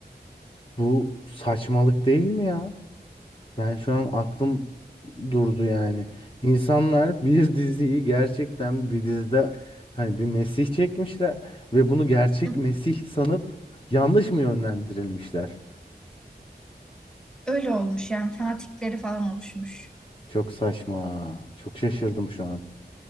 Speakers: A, on the left (about 30°); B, in the centre.
A: Bu saçmalık değil mi ya? Ben şu an aklım durdu yani. İnsanlar bir diziyi gerçekten bir dizide hani bir Mesih çekmişler ve bunu gerçek
B: <laughs>
A: Mesih sanıp yanlış mı yönlendirilmişler?
B: Öyle olmuş yani fanatikleri falan oluşmuş.
A: Çok saçma. Çok şaşırdım şu an.